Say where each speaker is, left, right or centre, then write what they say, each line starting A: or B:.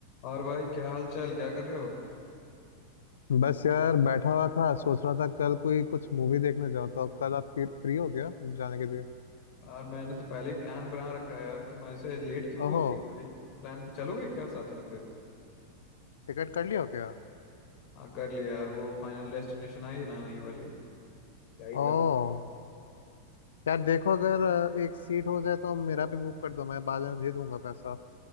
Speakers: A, on the left; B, on the left.
A: और भाई क्या हाल चाल क्या कर रहे हो
B: बस यार बैठा हुआ था सोच रहा था कल कोई कुछ मूवी देखने जाऊँ तो अब कल आप फिर फ्री हो क्या जाने के लिए
A: यार मैंने तो पहले ही प्लान बना रखा है यार तुम ऐसे लेट क्यों बोल
B: ओहो
A: रहे हो भाई प्लान चलोगे क्या साथ में फिर
B: टिकट कर लिया हो क्या
A: हाँ कर लिया यार वो फाइनल डेस्टिनेशन आई है ना नहीं वाली क्या ही
B: ओह
A: तक
B: यार देखो अगर अ, एक सीट हो जाए तो मेरा भी बुक कर दो मैं बाद में दे दूंगा पैसा